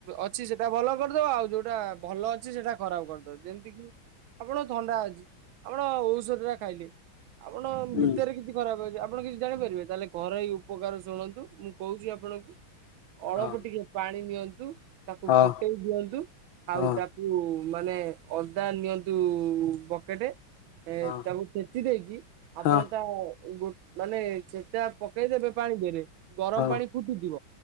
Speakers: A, on the right; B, on the left.
A: ଅଛି ସେଟା ଭଲ କରିଦବ ଆଉ ଯୋଉଟା ଭଲ ଅଛି ସେଟା ଖରାପ କରିଦବ ଯେମିତି କିି ଆପଣଙ୍କୁ ଥଣ୍ଡା ହେଇଛି, ଆପଣ ଔଷଧ ଟା ଖାଇଲେ, ଆପଣ
B: ହୁଁ
A: ଭିତରେ କିଛି ଖରାପ ହଉଛି ଆପଣ କିଛି ଜାଣିପାରିବେ, ତାହେଲେ ଘରୋଇ ଉପକାର ଶୁଣନ୍ତୁ, ମୁଁ କହୁଛି ଆପଣଙ୍କୁ ଅଳପ
B: ହଁ
A: ଟିକେ ପାଣି ନିଅନ୍ତୁ, ତାକୁ
B: ହଁ
A: ଫୁଟେଇ ଦିଅନ୍ତୁ। ଆଉ
B: ହଁ
A: ତା ମାନେ ଅଦା ନିଅନ୍ତୁ ବକେଟ ଏ
B: ହଁ
A: ତାକୁ ସପଠି ଦେଇକି ଆପଣ
B: ହଁ
A: ତା ଗୋ ମାନେ ସେଟା ପକେଇଦେବେ ପାଣି ରେ, ଗରମ
B: ହଁ
A: ପାଣି ଫୁଟଥିବ